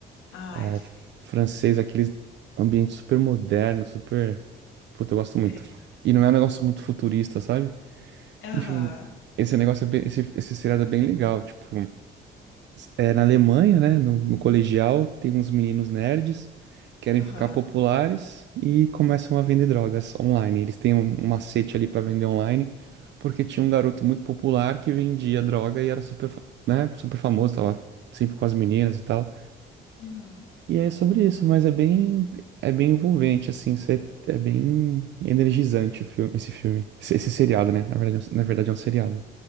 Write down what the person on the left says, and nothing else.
ai,
sim.
sim.
Aham,
aham,
uhum.